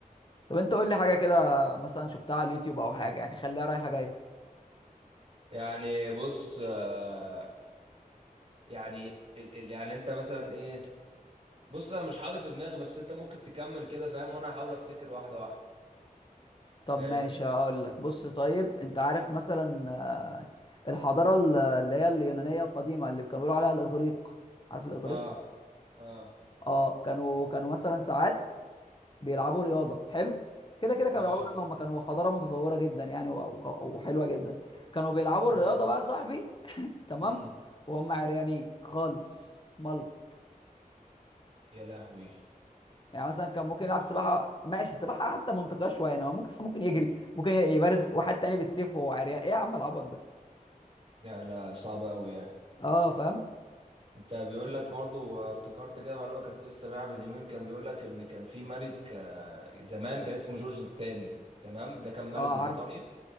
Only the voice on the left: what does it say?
طب انت قول لي حاجه كده مثلا شفتها على اليوتيوب او حاجه يعني خليها رايحه جايه
طب
ماشي اقول لك بص طيب انت عارف مثلا آه، الحضاره ال- اللي هي اليونانيه القديمه اللي كانوا بيقولوا عليها الاغريق عارف الاغريق
اه كانوا كانوا مثلا ساعات بيلعبوا رياضه حلو كده كده كانوا
بيلعبوا رياضه هم كانوا حضاره متطوره جدا يعني و- وق- وحلوه جدا كانوا بيلعبوا
الرياضه بقى يا صاحبي <laughs> تمام
وهم عريانين خالص ملط
يعني مثلا كان ممكن يلعب سباحه ماشي سباحه حتى منطقيه شويه انما ممكن ممكن يجري ممكن يبارز واحد تاني بالسيف وهو عريان ايه يا عم العبط ده
اه فاهم
<laughs>
اه
عارف